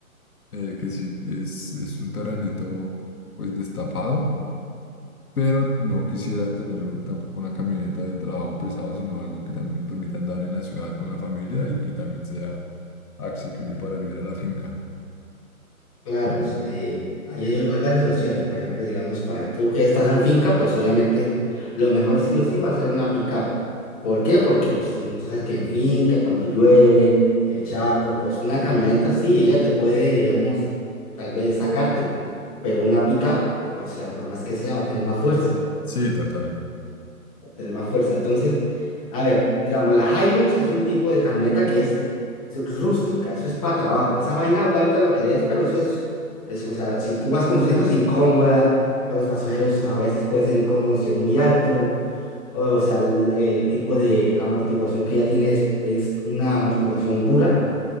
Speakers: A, on the left; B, on the left.
A: eh, que sí es, es un terrenito pues destapado pero no quisiera tener un- tampoco una camioneta de trabajo pesado, sino algo que también me permita andar en la ciudad con la familia y que también sea accesible para ayudar a la finca.
B: Claro,
A: Como-
B: eh, ahí hay, hay varias opciones. Por ejemplo, digamos, para tú que estás en finca, pues obviamente lo mejor sí o sí va a ser una pickup. ¿Por qué? Porque pues tú tú sabes que en finca, cuando llueve, el charco, pues una camioneta sí, ella te puede, digamos, tal vez sacarte, pero una pickup, o sea, por más que sea, va a tener más fuerza
A: Sí, total,
B: tener más fuerza. Entonces, a ver, digamos, la Hilux es un tipo de camioneta que es, es rústica, eso es para trabajo, esa vaina aguanta lo que le des, pero eso es, es, o sea, si tú vas conduciendo es incómoda, para los pasajeros a veces puede ser incómodo si es muy alto, o, sea, el, el tipo de amortiguación que ella tiene es, es una amortiguación dura,